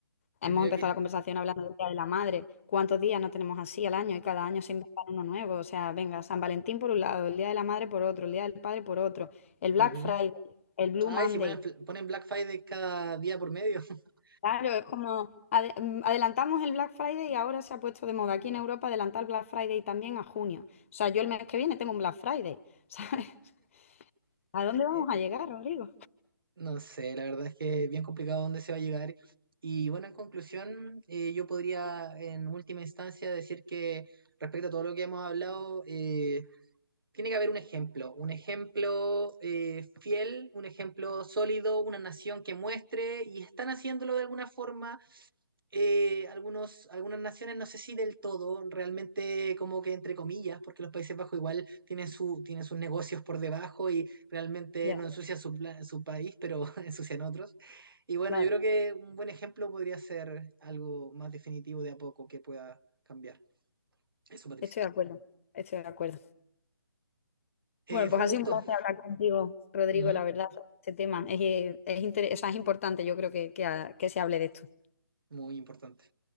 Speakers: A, on the left; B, on the right.
A: Hemos
B: Tendría
A: empezado
B: que...
A: la conversación hablando del Día de la Madre. ¿Cuántos días no tenemos así al año? Y cada año se inventa uno nuevo. O sea, venga, San Valentín por un lado, el Día de la Madre por otro, el Día del Padre por otro, el
B: ujú.
A: Black Friday, el Blue
B: Ay,
A: Monday.
B: si ponen, ponen Black Friday cada día por medio. <laughs>
A: Claro, es como ade- mm, adelantamos el Black Friday y ahora se ha puesto de moda aquí en Europa adelantar el Black Friday también a junio. O sea, yo el mes que viene tengo un Black Friday, ¿sabes? <laughs> ¿A dónde
B: Eh,
A: vamos a llegar, Rodrigo?
B: no sé, la verdad es que es bien complicado dónde se va a llegar. Y bueno, en conclusión, eh, yo podría en última instancia decir que respecto a todo lo que hemos hablado, eh, tiene que haber un ejemplo, un ejemplo eh, fiel, un ejemplo sólido, una nación que muestre y están haciéndolo de alguna forma eh, algunos, algunas naciones, no sé si del todo, realmente como que entre comillas, porque los Países Bajos igual tienen, su, tienen sus negocios por debajo y realmente
A: Ya,
B: no ensucian su, pla- su país, pero <laughs> ensucian otros. Y bueno,
A: claro,
B: yo creo que un buen ejemplo podría ser algo más definitivo de a poco que pueda cambiar. Eso, Patricia.
A: estoy de acuerdo, estoy de acuerdo.
B: Eh,
A: Bueno,
B: fue
A: pues
B: un
A: ha
B: gusto.
A: sido un placer hablar contigo, Rodrigo,
B: Ujú,
A: la verdad, sobre este tema. Es, eh, es, inter- o sea, es importante, yo creo que, que, a- que se hable de esto.
B: Muy importante.